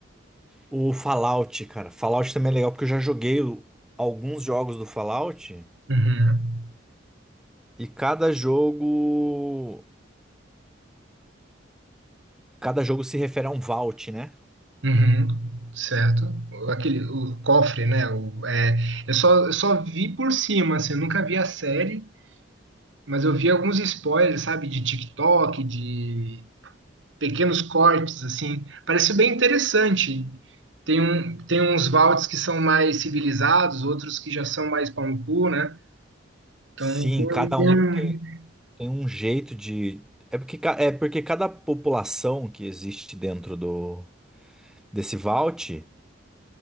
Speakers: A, in the centre; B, on the right.
A: o Fallout, cara. Fallout também é legal porque eu já joguei o- alguns jogos do Fallout
B: Uhum.
A: e cada jogo, cada jogo se refere a um vault, né?
B: Uhum. Certo. O- Aquele, o cofre, né? O, é, eu só, eu só vi por cima, assim, eu nunca vi a série, mas eu vi alguns spoilers, sabe, de TikTok, de pequenos cortes, assim. Pareceu bem interessante. Tem, um, tem uns Valdes que são mais civilizados, outros que já são mais pau no cu, né? Então,
A: Sim,
B: tem,
A: cada
B: tem...
A: um
B: um-
A: tem, tem um jeito de. É porque, ca- é porque cada população que existe dentro do, desse vault.